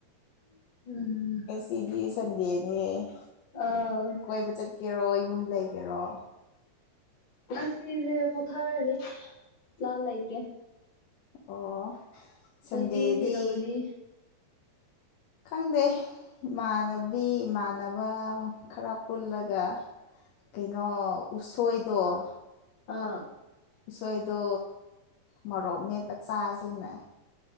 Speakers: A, on the left; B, on the left.
A: ꯎꯝ
B: ꯁꯤꯗꯤ ꯁꯟꯗꯦꯅꯤ
A: ꯑꯥꯎ
B: ꯀꯣꯏꯕ ꯆꯠꯀꯦꯔꯣ ꯌꯨꯝ ꯂꯩꯒꯦꯔꯣ
A: ꯃꯁꯤ ꯄꯊꯔ ꯑꯦꯅꯤ ꯂꯜ ꯂꯥꯏꯇ
B: ꯑꯣ ꯁꯟꯗꯦꯗꯤ
A: ꯅꯣꯏꯗꯤ ꯀꯩꯇꯧꯒꯅꯤ
B: ꯈꯪꯗꯦ ꯏꯃꯥꯟꯅꯕꯤ ꯏꯃꯥꯟꯅꯕ ꯈꯔ ꯄꯨꯜꯂꯒ ꯀꯩꯅꯣ ꯎꯁꯣꯏꯗꯣ
A: ꯑꯥ
B: ꯎꯁꯣꯏꯗꯣ ꯃꯣꯔꯣꯛ ꯃꯦꯠꯄ ꯆꯥꯁꯤꯅꯦ